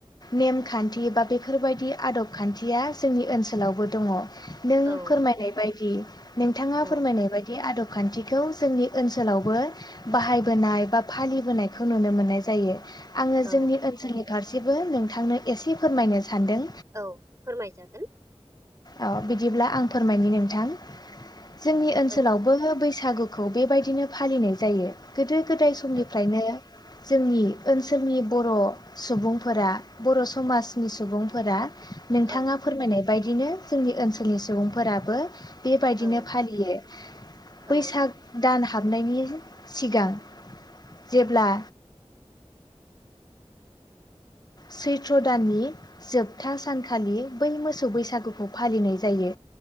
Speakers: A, on the left (about 40°); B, on the right (about 30°).
A: नेमखान्थि बा बेफोरबायदि आदब खान्थिया जोंनि ओनसोलावबो दङ नों
B: औ
A: फोरमायनाय बायदि नोंथाङा
B: औ
A: फोरमायनाय बायदि आदब खान्थिखौ जोंनि ओनसोलावबो बाहायबोनाय बा फालिबोनायखौ नुनो मोनो मोननाय जायो आङो
B: औ
A: जोंनि ओनसोल फारसेबो नोंथांनो एसे फोरमायनो सानदों
B: औ फोरमाय जागोन।
A: औ बिदिब्ला आं फोरमायनि नोंथां। जोंनि ओनसोलावबो
B: औ
A: बै सागुखौ बेबायदिनो फालिनाय जायो गोदो गोदाय समनिफ्रायनो
B: औ
A: जोंनि ओनसोलनि बर' सुबुंफोरा बर' समाजनि सुबुंफोरा नोंथाङा
B: औ
A: फोरमायनाय बायदिनो जोंनि ओनसोलनि सुबुंफोराबो बेबायदिनो
B: औ
A: फालियो
B: औ
A: बैसाग दान हाबनायनि सिगां जेब्ला सैथ्र दाननि जोबथा सानखालि बै मोसौ बैसागुखौ फालिनाय जायो।